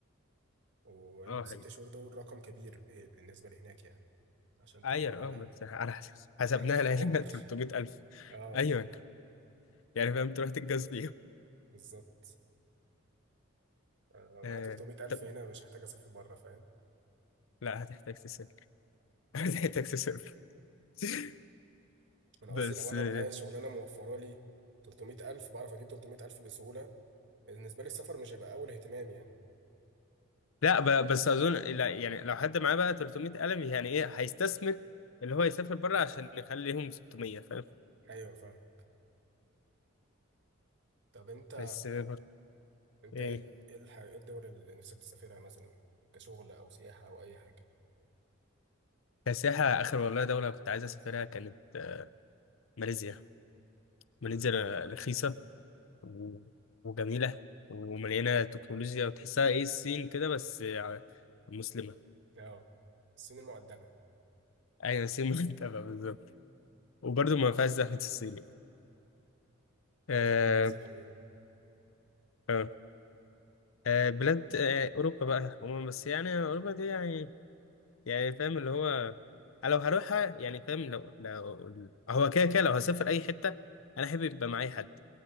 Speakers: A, on the right; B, on the left.
A: وان
B: اه
A: ست
B: هي
A: شهور دول رقم كبير به- بالنسبه لهناك يعني عشان تعمله
B: عير
A: هنا
B: اه بس على حسب حسبناها
A: محتاج
B: لقينا
A: عمر
B: <laughs> 300000
A: اه
B: أيوة يعني فاهم تروح تتجوز بيهم
A: بالظبط أنا لو معايا
B: آه.
A: 300000
B: طب
A: هنا مش هحتاج اسافر بره فاهم
B: لا هتحتاج تسافر <laughs> هتحتاج تسافر <laughs>
A: انا
B: بس
A: قصدي لو انا
B: آه.
A: معايا شغلانه موفره لي 300000 بعرف اجيب 300000 بسهوله بالنسبه لي السفر مش هيبقى اول اهتمام يعني
B: لا ب... بس أظن لا يعني لو حد معاه بقى 300000 يعني إيه هيستثمر اللي هو يسافر بره عشان يخليهم 600 فاهم
A: ايوه فاهم طب انت
B: بس آه، برضه
A: انت
B: إيه
A: ايه ال- ايه الح- إيه الدول اللي نفسك تسافرها مثلا كشغل او سياحه او اي حاجه
B: كسياحة آخر والله دولة كنت عايز أسافرها كانت آه، ماليزيا ماليزيا
A: امم
B: رخيصة و- وجميلة ومليانة تكنولوجيا وتحسها ايه الصين كده بس ع- مسلمة
A: اه الصين المؤدبه
B: أيوة الصين متابعة <laughs> بالظبط وبرضه ما فيهاش زحمة الصين
A: هي
B: آه
A: بصراحه لسه جميله
B: آه آه بلاد آه أوروبا بقى عموما بس يعني أوروبا دي يعني يعني فاهم اللي هو أنا لو هروحها يعني فاهم لو لو هو كده كده لو هسافر أي حتة أنا أحب يبقى معايا حد